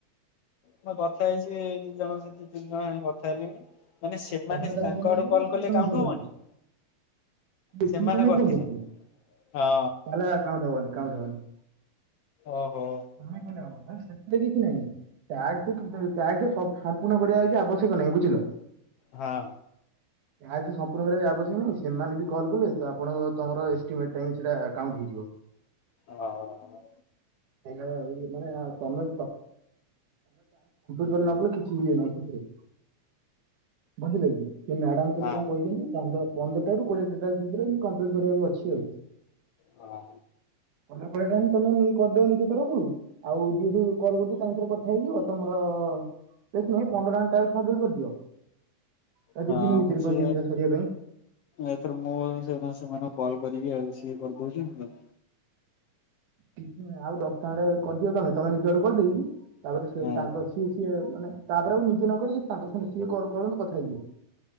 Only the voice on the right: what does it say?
ତମେ ତାଙ୍କୁ
କରିଥିଲ
ନା ସିଏ
ତମକୁ
କରିଥିଲେ?
ସିଏ
ତମକୁ
ଫୋନ କରୁଥିଲେ
ତାହଲେ କାଉଁଠ ହବନି କାଉଁଠ ହବନି।
ତମେ କଲେ ହବ ନା ସେଥିରେ କିଛି ନାହିଁ। ଟାକ୍ସ ଟାକ୍ସ ସମ୍ପୂର୍ଣ୍ଣ କରିବାଛି ଆବଶ୍ୟକ ନାହିଁ ବୁଝିଲ?
ଏହା କି ସମ୍ପୂର୍ଣ୍ଣରେ ଆବଶ୍ୟକ ନାହିଁ ସେମାନେ ବି କଲ୍ କଲେ ତ ଆପଣଙ୍କ ତମର ଏଷ୍ଟିମେଟ ଟ ସେଇଟା କାଉଣ୍ଟ ହେଇଯିବ।
ମାନମେମେମେ ଟାପଟ କଲେ ନ କଲେ କିଛି ହୁଏ ନାହିଁ ସେଥିରେ ବୁଝି ଲାଗି ସେ ମ୍ୟାଡାାମ ଖା
କଣ କହିଛନ୍ତି? ପନ୍ଦ ପନ୍ଦରଟ ରାରୁ କୋଡିଏଟା ଟା ଭିତରେ ଏ କମ୍ପ୍ଲିଟ କରିବାକୁ ଅଛି ଆଉ
ପ ଟା ତମେ କରିଦବ ନିଜ ତରଫରୁ ଆଉ ଯିଏ ଯଉ କଲ୍ କରୁଛୁ ତାଙ୍କ ଥରେ କଥା ହେଇଯିବ ତମର। ଏଇ ଖୁଣି ପନ୍ଦରଟା ଟାସ୍କ କମ୍ପ୍ଲିଟ କରିଦିଅ। ତା
ଦି ଦିନି ଭିତରେ
କହିଛନ୍ତି ବା ସରିବା ପାଇଁ।
କିଛି ନାଇଁ ଆଉ ଦଶଟା ଆଡେ କରିଦିଅ ତମେ ତମେ ନିଜ ଆଡୁ କରିଦେଇକି ତାପରେ ସେ
ତାଙ୍କ ସିଏ ସିଏ ମାନେ ତାପରେ ଆଉ ନିଜେ ନକରିକି ତାଙ୍କ ସାଙ୍ଗେ ସିଏ କଲ୍ କରନ୍ତୁ କଥା ହେଇଯିବ।